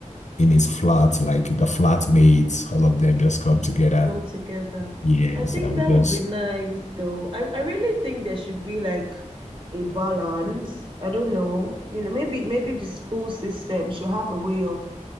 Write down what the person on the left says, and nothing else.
in his flat, like the flatmates, all of them just come together.
Yes,
and
we
just